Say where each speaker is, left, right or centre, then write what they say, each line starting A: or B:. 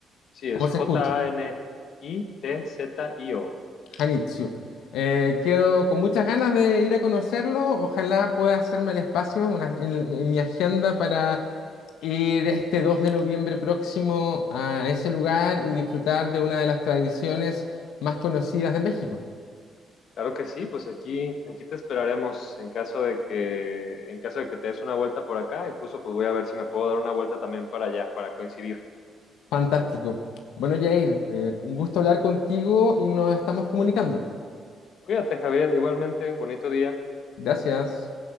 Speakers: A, on the left; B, on the left.
A: Sí, es
B: ¿Cómo
A: J-A-N-I-T-Z-I-O.
B: se escucha? Hanitsu. Eh, quedo con muchas ganas de ir a conocerlo. Ojalá pueda hacerme el espacio una- en, en mi agenda para ir este 2 de noviembre próximo a ese lugar y disfrutar de una de las tradiciones más conocidas de México.
A: Claro que sí, pues aquí, aquí te esperaremos en caso de que, en caso de que te des una vuelta por acá. Incluso pues voy a ver si me puedo dar una vuelta también para allá, para coincidir.
B: Fantástico. Bueno, Jair, eh, un gusto hablar contigo y nos estamos comunicando.
A: Cuídate, Javier. Igualmente, bonito día.
B: Gracias.